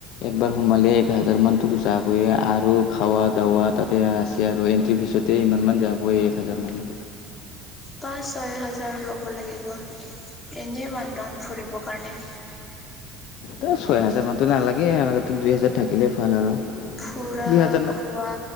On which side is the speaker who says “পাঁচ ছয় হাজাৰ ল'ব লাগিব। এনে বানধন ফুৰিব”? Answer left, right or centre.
Left